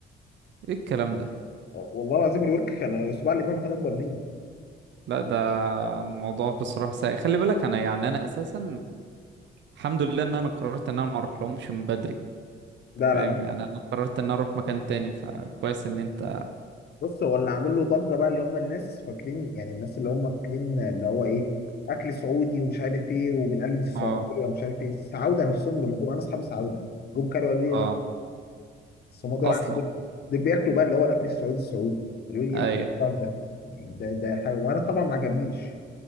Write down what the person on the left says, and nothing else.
والله العظيم الورك كان سباع الابهام كان اكبر مني
لا
لا
بص هو اللي عامل له ضجه بقى اللي هم الناس فاكرين يعني الناس اللي هم فاكرين اللي هو ايه اكل سعودي ومش عارف ايه وبنقلد السعوديه
ومش عارف ايه السعوده نفسهم لما جم انا اصحاب السعوده جم كانوا قالوا لي
لا بس هم دول
ع- دول دول بياكلوا بقى اللي هو الاكل السعودي السعودي قالوا لي ايه
إيه القرف ده يعني ده ده حاجه وانا طبعا ما عجبنيش